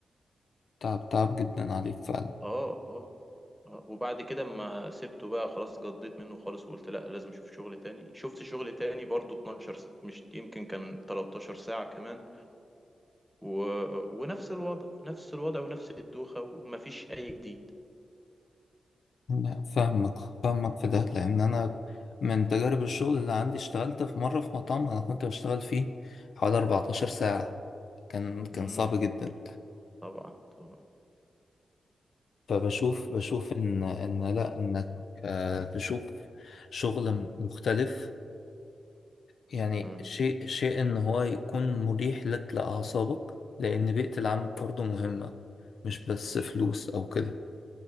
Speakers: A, on the left; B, in the centre.
A: تعب تعب جدا عليك فعلا
B: اه اه اه وبعد كده ما سبته بقى خلاص جضيت منه خالص وقلت لا لازم اشوف شغل تاني شفت شغل تاني برضو 12 س... مش يمكن كان 13 ساعة كمان و... ونفس الوضع نفس الوضع ونفس الدوخة ومفيش اي جديد
A: لا فاهمك فاهمك في ده لان انا من تجارب الشغل اللي عندي اشتغلت في مره في مطعم انا كنت بشتغل فيه حوالي 14 ساعه كان كان
B: امم
A: صعب جدا
B: طبعا طبعا
A: فبشوف بشوف ان ان لا انك آه، تشوف شغل م- مختلف يعني
B: امم
A: شيء شيء ان هو يكون مريح لك لاعصابك لان بيئه العمل برضه مهمه مش بس فلوس
B: طبعا
A: او كده